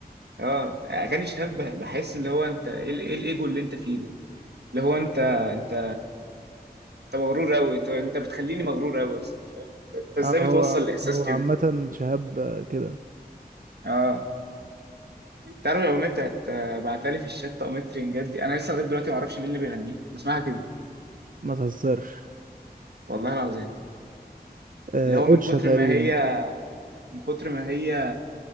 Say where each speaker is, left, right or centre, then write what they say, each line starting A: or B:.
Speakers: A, on the right (about 80°); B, on the right (about 55°).
A: اه اغاني شاب بحس اللي هو انت ايه ال- إيه الايجو اللي انت فيه ده اللي هو انت انت انت مغرور قوي انت انت بتخليني مغرور قوي اصلا فاهم انت إنت ازاي
B: اه هو
A: بتوصل الاحساس
B: هو
A: كده
B: عامة شهاب آه، كده
A: اه تعرف الاغنيه بتاعت آه، بعتلي في الشتا قميص ترنجات دي انا لسه لغايه دلوقتي ما اعرفش مين اللي بيغنيها بسمعها كده
B: ما تهزرش
A: والله العظيم
B: آه
A: اللي هو
B: اوتشا
A: من كتر
B: تقريبا
A: ما هي من كتر ما هي